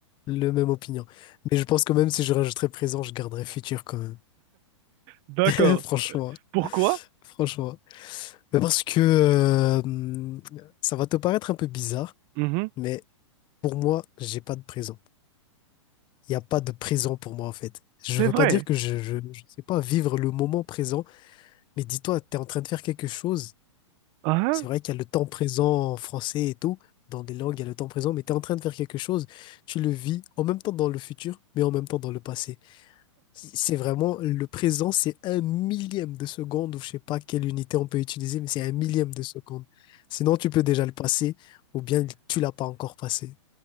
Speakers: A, on the left (about 30°); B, on the right (about 40°).
A: Le même opinion. Mais je pense que même si je rajouterais présent, je garderais futur quand même.
B: D'accord.
A: <laughs> Franchement,
B: Pourquoi?
A: franchement. Mais parce que euh, hum, ça va te paraître un peu bizarre,
B: Mhm.
A: mais pour moi, j'ai pas de présent. Il n'y a pas de présent pour moi, en fait. Je
B: C'est
A: veux
B: vrai.
A: pas dire que je, je, je sais pas vivre le moment présent, mais dis-toi, tu es en train de faire quelque chose.
B: Ah,
A: C'est
B: hein.
A: vrai qu'il y a le temps présent en français et tout. Dans des langues, il y a le temps présent, mais tu es en train de faire quelque chose. Tu le vis en même temps dans le futur, mais en même temps dans le passé. Si, C'est vraiment le présent, c'est un millième de seconde, ou je sais pas quelle unité on peut utiliser, mais c'est un millième de seconde. Sinon, tu peux déjà le passer, ou bien tu l'as pas encore passé.